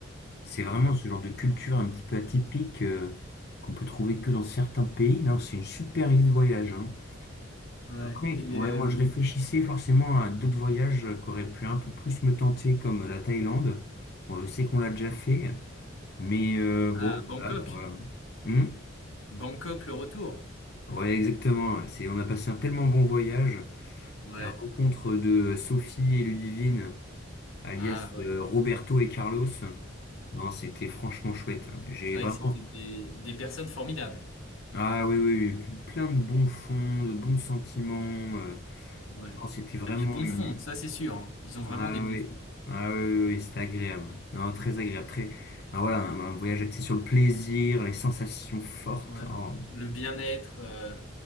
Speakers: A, on the left; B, on the left.
A: C'est vraiment
B: Voilà.
A: ce genre de culture un petit peu atypique, euh, qu'on peut trouver que dans certains pays. Non, c'est une super idée de voyage, hein.
B: Ouais.
A: Après,
B: Et
A: ouais,
B: euh,
A: moi je réfléchissais forcément à d'autres voyages euh, qui auraient pu un peu plus me tenter, comme euh, la Thaïlande. Bon, je sais qu'on l'a déjà fait, mais euh, bon,
B: ah, Bangkok.
A: voilà quoi. Hmm
B: Bangkok, le retour.
A: Ouais, exactement. C'est, on a passé un tellement bon voyage.
B: Ouais.
A: La rencontre de euh, Sophie et Ludivine, alias
B: Ah, ouais.
A: euh, Roberto et Carlos. Non, c'était franchement chouette. J'ai
B: C'est vrai
A: vraiment.
B: que c'était des, des personnes formidables.
A: Ah oui, oui, oui, plein de bons fonds, de bons sentiments. euh,
B: Ouais.
A: non, c'était vraiment
B: Ah, Des bons
A: une,
B: fonds, ça c'est sûr. hein. Ils ont
A: Ah
B: vraiment des bons
A: oui,
B: fonds.
A: ah oui, oui, oui, c'était agréable. Non, très agréable, très. Ah, voilà, un, un voyage axé sur le plaisir, les sensations fortes.
B: Ouais,
A: Oh,
B: le bien-être, euh,